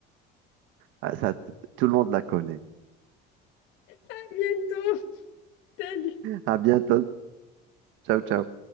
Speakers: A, on the right; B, on the left.
A: Ah, ça, t- tout le monde la connaît.
B: À bientôt! Salut!
A: À bientôt. Ciao, ciao.